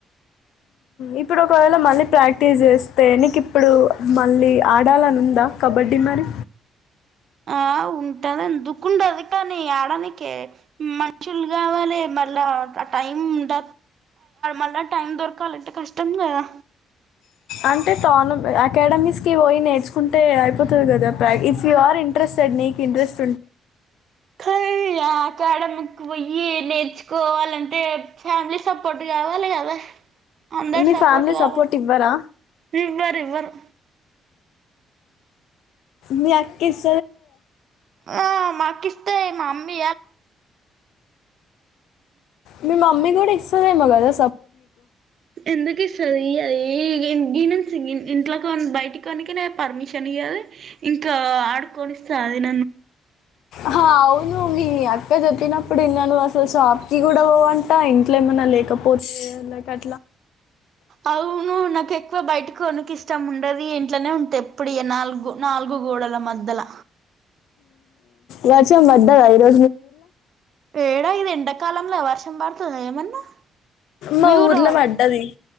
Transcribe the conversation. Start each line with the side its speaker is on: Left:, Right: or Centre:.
Left: ఇప్పుడు ఒకవేళ మళ్ళీ ప్రాక్టీస్ చేస్తే, నీకు ఇప్పుడు మళ్ళీ ఆడాలని ఉందా కబడ్డీ మరి
Right: ఆ ఉంటది ఎందుకు ఉండదు. కానీ ఆడానికే మనుషులు కావాలి మళ్ళా ఆ టైం ఉంట మళ్ళా టైం దొరకాలంటే కష్టం. కదా
Left: అంటే తాను అకాడమిస్కి పోయి నేర్చుకుంటే అయిపోతది. కదా ప్ర ఇఫ్ యూఆర్ ఇంట్రెస్టెడ్ నీకు ఇంట్రెస్ట్ ఉంటే
Right: అయ్య ఆకాడమీకి పోయి నేర్చుకోవాలంటే ఫ్యామిలీ సపోర్ట్ కావాలి. కదా అందరు
Left: మీ
Right: సపోర్ట్
Left: ఫ్యామిలీ
Right: కావాలి.
Left: ఇవ్వరా
Right: ఎవ్వరు ఇవ్వరు. ఇవ్వరు
Left: మీ అక్క ఇస్తాది. కదా
Right: ఆ మాకు ఇస్తాది. మా అమ్మీ ఇయ్యాల హ్మ్
Left: మీ మమ్మీ కూడా ఇస్తదేమో కదా సపోర్ట్ నీకు
Right: ఎందుకు ఇస్తది. అది ఇంట్లో బయటికోనికి పర్మిషన్ ఇయ్యదు. ఇంకా ఆడుకొనిస్తాది. నన్ను
Left: ఆ అవును మీ అక్క చెప్పినప్పుడు ఇనాను. అసలు షాప్ కి కూడా పోవంట, ఇంట్లో ఏమన్నా లేకపోతే ఎందుకు అట్లా
Right: అవును నాక్ ఎక్కువ బయట కొనికి ఇష్టం ఉండది. ఇంట్లనే ఉంట ఎప్పుడు ఇగా నాలుగు గో నాలుగు గోడల మద్యాల
Left: వర్షం పడ్డదా ఈరోజు మీ ఊర్లా
Right: ఎడా ఇది ఎండాకాలంలో వర్షం పడతాందా ఏమన్నా
Left: మా
Right: మీ ఊర్లో పడ్తదా
Left: పడ్డది